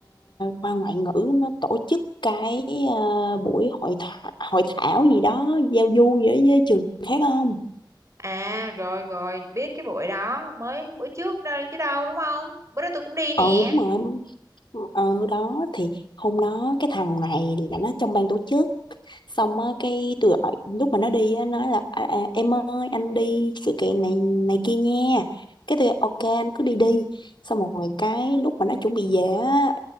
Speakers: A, on the left; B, on the right.
A: khoa ngoại ngữ nó tổ chức cái ờ, buổi hội thảo, hội thảo gì đó, giao du gì đó với trường khác không?
B: À, rồi rồi, biết cái buổi đó, mới bữa trước đây chứ đâu đúng không? Bữa đó tôi cũng đi nè.
A: Ừ đúng rồi, ở đó thì hôm đó cái thằng này là nó trong ban tổ chức xong á cái tôi gọi lúc mà nó đi á nói là à, à, em ơi anh đi sự kiện này này kia nha cái tôi ok anh cứ đi đi xong rồi cái lúc mà nó chuẩn bị về á